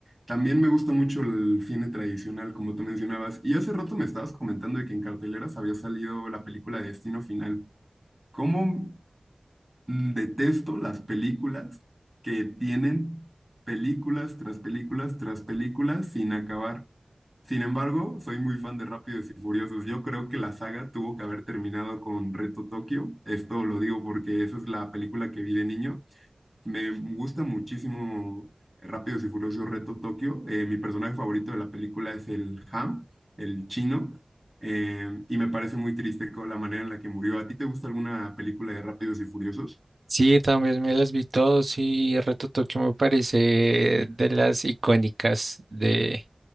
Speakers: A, on the right; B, on the right.
A: También me gusta mucho el cine tradicional, como tú mencionabas. Y hace rato me estabas comentando de que en carteleras había salido la película de Destino Final. ¿Cómo mm, detesto las películas que tienen películas tras películas tras películas sin acabar? Sin embargo, soy muy fan de Rápidos y Furiosos. Yo creo que la saga tuvo que haber terminado con Reto Tokio. Esto lo digo porque esa es la película que vi de niño. Me gusta muchísimo Rápidos y Furiosos Reto Tokio. Eh, mi personaje favorito de la película es el Ham, el chino. Eh, y me parece muy triste con la manera en la que murió. ¿A ti te gusta alguna película de Rápidos y Furiosos?
B: Sí, también me las vi todos y Reto Tokio me parece de las icónicas de,